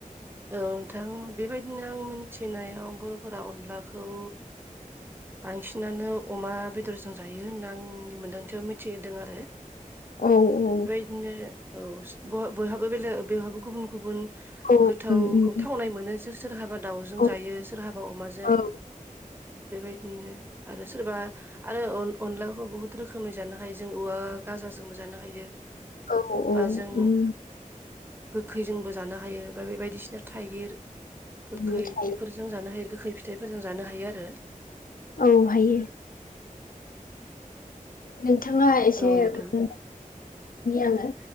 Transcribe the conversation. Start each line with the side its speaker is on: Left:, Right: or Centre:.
Right: औ नोंथां बेबायदिनो आं मिनथिनायाव बर'फोरा अनलाखौ बांसिनानो अमा बेदरजों जायो होनना आंनि मोन्दांथियाव मिथिदों आरो।
Left: औ औ।
Right: बिदिनो औ स ब बयहाबो बेलेग बेहाबो गुबुन गुबुन
Left: औ
Right: गोथावखौ
Left: उम उम
Right: थावनाय मोनो सोर-सोरहाबा दाउजों
Left: औ
Right: जायो सोरहाबा अमाजों।
Left: औ
Right: बेबायदिनो आरो सोरबा आरो अन-अनलाखौ बहुद रोखोमै जानो हायो जों औवा गाजाजोंबो जानो हायो।
Left: औ औ
Right: बा जों
Left: उम
Right: गोखैजोंबो जानो हायो बा बेबाय बायदिसिना थाइगिर गोखै
Left: उम थायो
Right: बेफोरजों जानो हायो गोखै फिथाइफोरजों जानो हायो आरो।
Left: औ हायो। नोंथाङा एसे
Right: औ नोंथां
Left: <unintelligible> आङो।